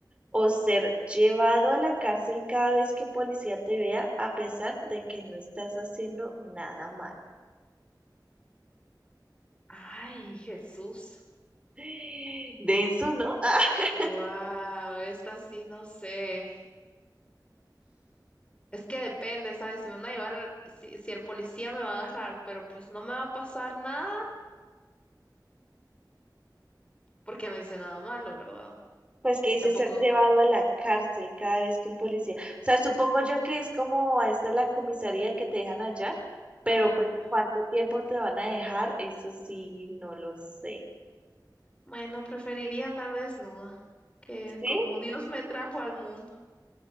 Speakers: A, on the right (about 15°); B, on the left (about 15°).
A: o ser llevado a la cárcel cada vez que un policía te vea a pesar de que no estás haciendo nada malo.
B: Ay, Jesús.
A: <gasps> Denso, ¿no? <laughs>
B: Wow, esta sí no sé. Es que depende, ¿sabes? Si me van a llevar, si, si el policía me va a agarrar, pero pues no me va a pasar nada porque no hice nada malo, ¿verdad?
A: Ah, pues que dice
B: Y tampoco.
A: ser llevado a la cárcel cada vez que un policía. O sea, supongo yo que es como esta es la comisaría que te dejan allá, pero
B: Ajá.
A: pues cuánto tiempo te van a dejar, eso sí, no lo sé.
B: Bueno, preferiría andar desnuda, que
A: Sí,
B: como Dios me trajo al mundo,